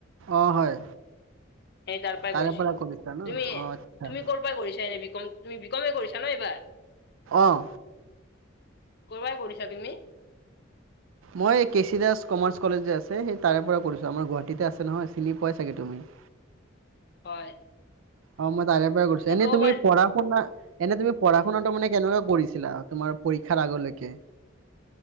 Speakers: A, on the right; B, on the left.
A: অ' হয়।
B: সেই তাৰ পৰাই
A: তাৰে
B: কৰিছিলো
A: পৰা কৰিছা ন?
B: তুমি
A: অ' আচ্ছা।
B: তুমি ক'ৰ পৰাই কৰিছা এনে বি কম তুমি বি কৰিছা ন এইবাৰ?
A: অঁ
B: কৰ'বাই পঢ়িছা তুমি?
A: মই K C Das commerce college যে আছে, সেই তাৰে পৰা কৰিছোঁ আমাৰ গুৱাহাটীতে আছে নহয়, চিনি পোৱাই চাগে তুমি। <inaudible>
B: হয়।
A: অ মই তাৰে পৰা কৰিছো, এনেই
B: ক'ব
A: তুমি
B: পাৰা
A: পঢ়া-শুনা এনে তুমি পঢ়া শুনাটো মানে কেনেকুৱা কৰিছিলা, তোমাৰ পৰীক্ষাৰ আগলৈকে?